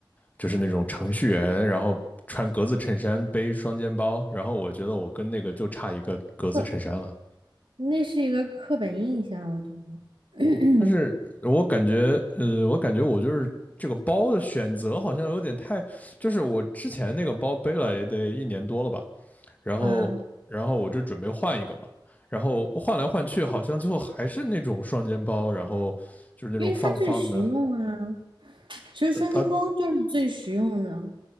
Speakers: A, on the left (about 20°); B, on the right (about 80°).
A: 就是那种程序员，然后穿格子衬衫，背双肩包，然后我觉得我跟那个就差一个格子衬衫了。
B: 那那是一个刻板印象，我觉得，
A: 但是我感觉，呃，我感觉我就是这个包的选择好像有点太，就是我之前那个包背了也得一年多了吧，然后，
B: <clears throat> 啊，
A: 然后我就准备换一个嘛，然后换来换去，好像最后还是那种双肩包，然后就是那种方方的，
B: 因为它最实用啊，
A: 啊，
B: 其实双肩包就是最实用的，
A: 呃